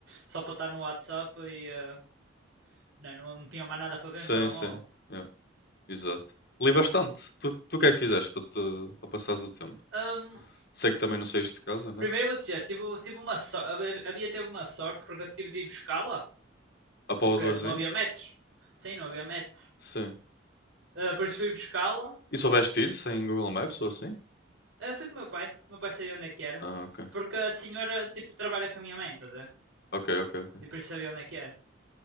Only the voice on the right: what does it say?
Só para estar no WhatsApp e eh, não, não, não tinha mais nada para ver
no telemóvel.
Ahm,
primeiro
vou dizer, tive, tive uma so- havia teve uma sorte porque eu tive de ir buscá-la,
porque
não havia metros. Sim, não havia metros.
Ah, depois fui buscá-la.
Ah, fui com o meu pai. O meu pai sabia onde é que era.
Porque a senhora, tipo, trabalha com a minha mãe, estás a ver?
E por isso sabia onde é que era.